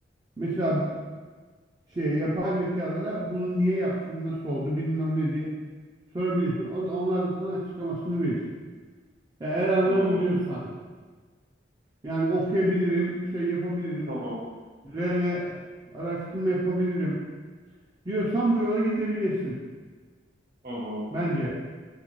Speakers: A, on the right (about 20°); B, on the right (about 55°).
A: mesela şey yapay zekalara bunu niye yaptın nasıl oldu bilmem ne diye sorabilirsin. O- Onlar da sana açıklamasını verir. Ya eğer anlarım
B: hı hı
A: diyorsan yani okuyabilirim şey yapabilirim
B: hı hı.
A: üzerine araştırma yapabilirim diyorsan bu yola gidebilirsin
B: hı hı.
A: bence.